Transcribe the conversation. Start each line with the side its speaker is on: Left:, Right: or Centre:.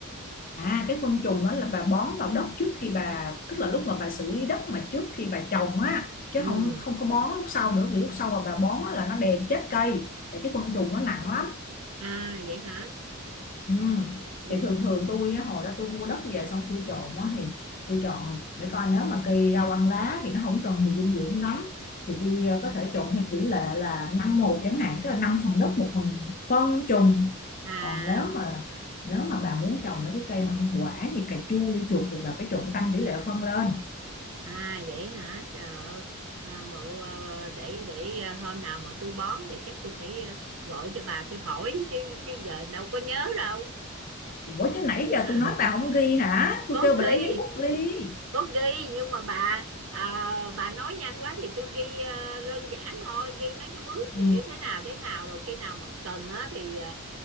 Left: À cái phân trùng đó là bà bón vào đất trước khi bà tức là lúc mà bà xử lý đất mà trước khi bà trồng á chứ
Right: ừ
Left: không không có bón lúc sau nữa vì lúc sau mà bà bón á, là nó đè chết cây tại cái phân trùng nó nặng lắm
Right: à vậy hả
Left: ừ.
Right: Ừ,
Left: Thì thường thường tôi á, hồi đó tôi mua đất về xong tôi trộn á thì tôi chọn để coi nếu mà cây rau ăn lá thì nó không cần nhiều dinh dưỡng lắm thì tôi ờ, có thể trộn theo tỷ lệ là năm một chẳng hạn tức là năm phần đất một phần phân trùng
Right: à
Left: còn nếu mà nếu mà bà muốn trồng mấy cái cây mà không quả như cà chua dưa chuột thì bà phải trộn tăng tỷ lệ phân lên
Right: à vậy hả trời ơi à, bộ à, à, để để à, hôm nào mà tôi bón thì chắc tôi phải à, gọi cho bà tôi hỏi chứ chứ giờ đâu có nhớ đâu
Left: ủa chứ nãy
Right: Ờ, <laughs>
Left: giờ tôi nói bà không ghi hả tôi
Right: có
Left: kêu bà
Right: ghi
Left: lấy giấy bút ghi
Right: có ghi nhưng mà bà à, bà nói nhanh quá thì tôi ghi ờ, đơn giản thôi ghi mấy cái bước
Left: ừ,
Right: như thế nào thế nào rồi khi nào mà cần á thì ờ,